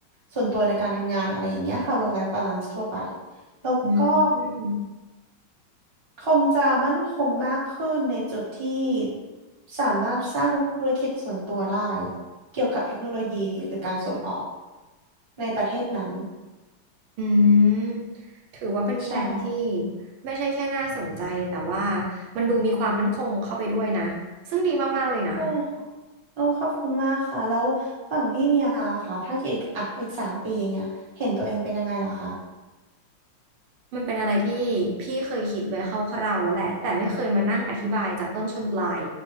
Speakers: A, on the right; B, on the right.
A: ส่วนตัวในการทำงานอะไรอย่างเงี้ยค่ะ work life balance ทั่วไปแล้วก็
B: อืมอืม
A: คงจะมั่นคงมากขึ้นในจุดที่สามารถสร้างธุรกิจส่วนตัวได้เกี่ยวกับเทคโนโลยีหรือการส่งออกในประเทศนั้น
B: อืมถือว่าเป็นแพลนที่
A: ใช่
B: ไม่ใช่แค่น่าสนใจแต่ว่ามันดูมีความมั่นคงเข้าไปด้วยนะซึ่งดีมากๆเลยนะ
A: ใช่ค่ะโอ้ขอบคุณมากค่ะแล้วฝั่งพี่เมียค่ะถ้าอีกอ่ะอีกสามปีอย่างเงี้ยเห็นตัวเองเป็นยังไงเหรอคะ
B: มันเป็นอะไรที่พี่เคยคิดไว้คร่าวๆแล้วแหละแต่ไม่เคยมานั่งอธิบายจับต้นชนปลาย